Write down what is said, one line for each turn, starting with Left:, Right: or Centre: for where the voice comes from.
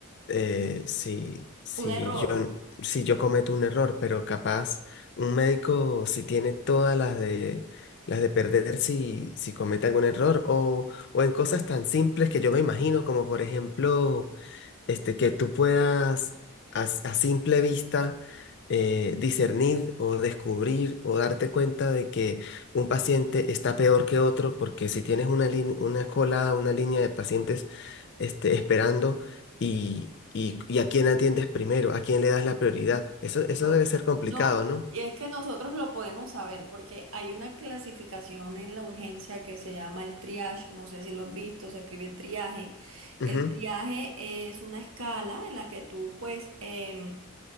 Left: eh, si, si
Right: un error.
Left: yo, si yo cometo un error, pero capaz un médico si tiene todas las de... las de perder si, si comete algún error o o en cosas tan simples que yo me imagino, como por ejemplo, este, que tú puedas a, s- a simple vista eh, discernir o descubrir o darte cuenta de que un paciente está peor que otro, porque si tienes una lin- una cola, una línea de pacientes este, esperando y, y, y a quién atiendes primero, a quién le das la prioridad, eso, eso
Right: Total.
Left: debe ser complicado,
Right: No,
Left: ¿no?
Right: y es que nosotros lo podemos saber porque hay una clasificación en la urgencia que se llama el triage, no sé si lo has visto, se escribe triaje. El
Left: Ujú,
Right: triaje es una escala en la que tú pues em,